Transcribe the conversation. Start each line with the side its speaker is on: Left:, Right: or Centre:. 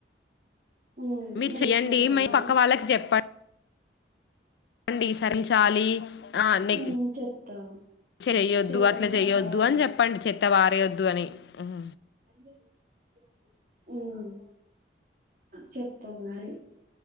Right: ఉమ్
Left: మీరు
Right: నెక్స్ట్
Left: చెయ్యండి.
Right: మంత్
Left: మీ
Right: అండి
Left: పక్క వాళ్ళకి చెప్పండ్ డి సరించాలి ఆ నె
Right: ఉమ్ చెప్తా
Left: చెయ్యొద్దు,
Right: చెట్లను
Left: అట్లా
Right: కాపాడాలి
Left: చేయొద్దు, అని చెప్పండి. చెత్త వారేయొద్దు అని ఉహ్
Right: అన్నీ <inaudible> ఉహ్ చెప్తా మరి